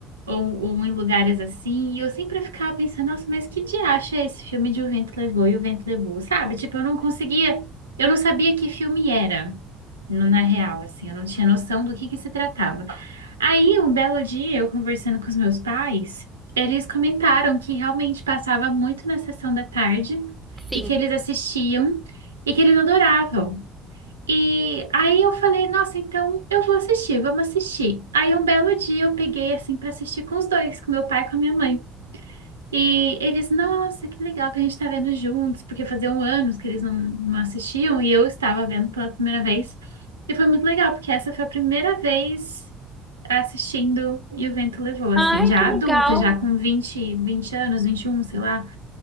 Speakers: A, on the right; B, in the centre.
A: ou, ou em lugares assim, e eu sempre ficava pensando, nossa, mas que diacho é esse filme de O Vento Levou e O Vento Levou, sabe? Tipo, eu não conseguia, eu não sabia que filme era, no- na real, assim, eu não tinha noção do que que se tratava. Aí, um belo dia, eu conversando com os meus pais, eles comentaram que realmente passava muito na sessão da tarde
B: sim.
A: e que eles assistiam e que eles adoravam. E aí eu falei, nossa, então eu vou assistir, vamos assistir. Aí um belo dia eu peguei assim para assistir com os dois, com meu pai e com a minha mãe. E eles, nossa, que legal que a gente tá vendo juntos, porque faziam anos que eles não, não assistiam e eu estava vendo pela primeira vez. E foi muito legal, porque essa foi a primeira vez tá assistindo E o Vento Levou, assim,
B: Ai,
A: já
B: que legal.
A: adulta, já com vinte vinte anos, 21 sei lá.